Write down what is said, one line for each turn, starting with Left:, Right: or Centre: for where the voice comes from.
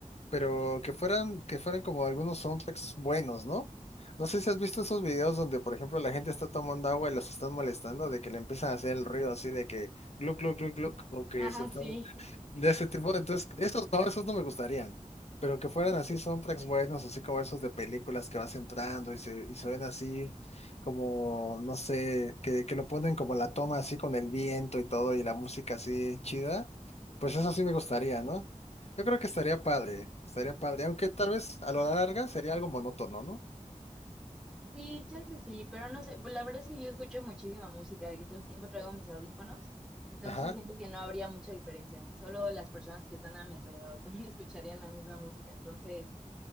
Left: pero que fueran, que fueran como algunos soundtracks buenos, ¿no? No sé si has visto esos videos donde, por ejemplo, la gente está tomando agua y los están molestando, de que le empiezan a hacer el ruido así de que gluk, gluk, gluk, gluk, o que
Centre: Ah,
Left: se están
Centre: sí.
Left: de ese tipo, entonces, esos no, esos no me gustarían, pero que fueran así soundtracks buenos, así como esos de películas que vas entrando y se, y se ven así como, no sé, que, que lo ponen como la toma así con el viento y todo y la música así chida, pues eso sí me gustaría, ¿no? Yo creo que estaría padre, estaría padre, aunque tal vez a lo larga sería algo monótono, ¿no?
Centre: Sí, chance sí, pero no sé, pues, la verdad es que yo escucho muchísima música, de que todo el tiempo traigo mis audífonos, entonces
Left: Ajá,
Centre: siento que no habría mucha diferencia, solo las personas que están a mi alrededor <laughs> también escucharían la misma música, entonces